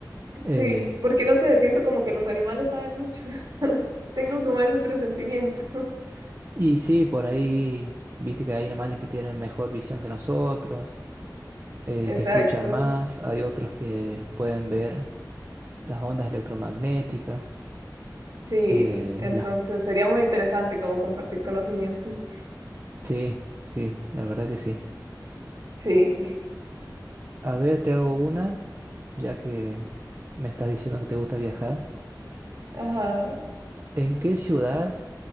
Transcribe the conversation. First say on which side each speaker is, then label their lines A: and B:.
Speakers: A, on the right; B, on the right.
A: Eh,
B: Sí, porque no sé, siento como que los animales saben mucho. <laughs> Tengo como ese presentimiento. <laughs>
A: y sí, por ahí, viste que hay animales que tienen mejor visión que nosotros. eh,
B: Exacto.
A: que escuchan más, hay otros que pueden ver las ondas electromagnéticas,
B: Sí,
A: eh,
B: entonces
A: las...
B: sería muy interesante como compartir conocimientos. <laughs>
A: Sí, sí, la verdad que sí.
B: Sí.
A: A ver, te hago una, ya que me estás diciendo que te gusta viajar.
B: Ajá.
A: ¿En qué ciudad